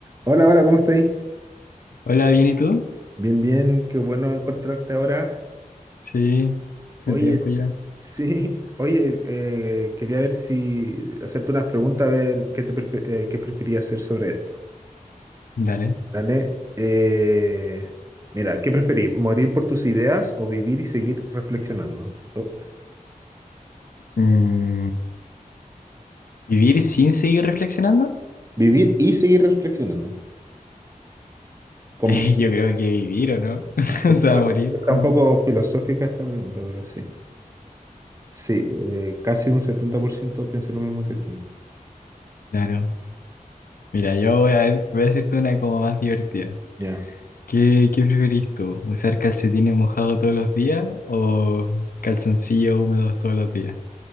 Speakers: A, on the right; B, on the left.
A: Hola, hola, ¿cómo estáis?
B: Hola, ¿bien y tú?
A: Bien, bien, qué bueno encontrarte ahora.
B: Sí, hace
A: Oye,
B: tiempo ya.
A: sí, <laughs> oye, eh, quería ver si hacerte unas preguntas, a ver qué te prefe- eh, qué preferías hacer sobre esto.
B: Dale.
A: Dale. Eh, mira, ¿qué preferís? ¿Morir por tus ideas o vivir y seguir reflexionando? Oh,
B: Mm, ¿vivir sin seguir reflexionando? <laughs>
A: Vivir y seguir reflexionando. Como-
B: Eh, yo creo que vivir, ¿o no? <laughs>
A: <laughs>
B: O sea, morir
A: Está
B: como...
A: un poco filosófica esta pregunta, pero sí. Sí, eh, casi un 70% piensa lo mismo que tú.
B: Claro. Mira, yo voy a ver, voy a hacerte una como más divertida.
A: Ya.
B: ¿Qué, qué preferís tú? ¿Usar calcetines mojados todos los días o calzoncillos húmedos todos los días?